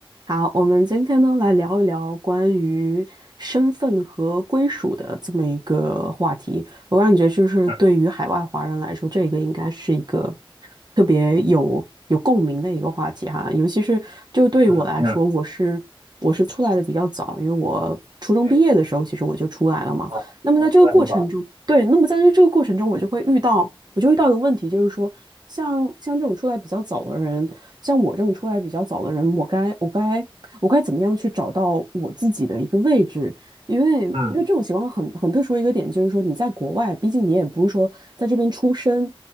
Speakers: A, on the right (about 45°); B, on the right (about 70°).
A: 好，我们今天呢来聊一聊关于身份和归属的这么一个话题。我感觉就是对于海外华人来说，
B: 嗯
A: 这个应该是一个特别有有共鸣的一个话题哈。尤其是就对于我来说，
B: 嗯嗯
A: 我是我是出来的比较早，因为我初中毕业的时候其实我就出来了嘛。
B: OK，哦，
A: 那么在这个过程中，
B: 那你出来很早，
A: 对，那么在这这个过程中，我就会遇到，我就遇到一个问题，就是说，像像这种出来比较早的人，像我这种出来比较早的人，我该我该我该怎么样去找到我自己的一个位置？因为因为这种情况很很特殊的一个点，
B: 嗯，
A: 就是说你在国外，毕竟你也不是说在这边出生。